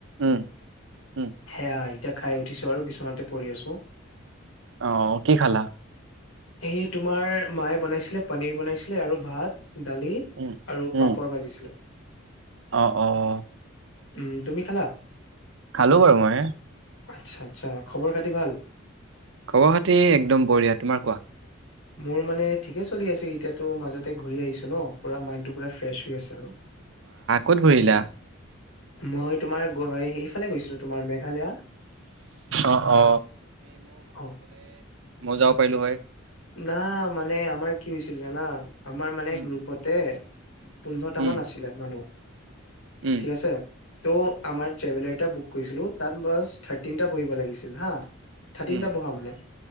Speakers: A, on the right; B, on the left.
A: উম, উম
B: সেয়া এতিয়া খাই উঠিছো আৰু, বিচনাতে পৰি আছোঁ
A: অ', কি খালা?
B: সেই তোমাৰ মায়ে বনাইছিলে, পনীৰ বনাইছিলে আৰু ভাত দালি
A: উম
B: আৰু
A: উম
B: পাপৰ ভাজিছিলে।
A: অ, অ'
B: উম, তুমি খালা?
A: খালো বাৰু মইে
B: আচ্ছা আচ্ছা খবৰ খতি ভাল
A: খবৰ খাতি একদম বঢ়িয়া, তোমাৰ কোৱা?
B: মোৰ মানে ঠিকে চলি আছে এতিয়াাতো মাজতে ঘূৰি আহিছো ন পুৰা মাইণ্ডটো পুৰা ফ্ৰেছ হৈ আছে আৰু
A: কত ঘৰিলা
B: মই তোমাৰ এইফালে গৈছিলো তোমাৰ মেঘালয়া
A: অ অ
B: অ'
A: মজাও পাইলো হয়
B: না মানে আমাৰ কি হৈছিল জানা আমাৰ মানে
A: উম
B: গ্ৰুপতে পোন্ধৰটা
A: উম
B: মান আছিলে মানুহ
A: উম
B: ঠিক আছে ত' আমাৰ ট্ৰেভেলাৰ এটা বুক কৰিছিলো তাত বাছ থাৰ্টিনটা বহিব লাগিছিল হা থাৰ্টিনটা
A: উম
B: বহা মানে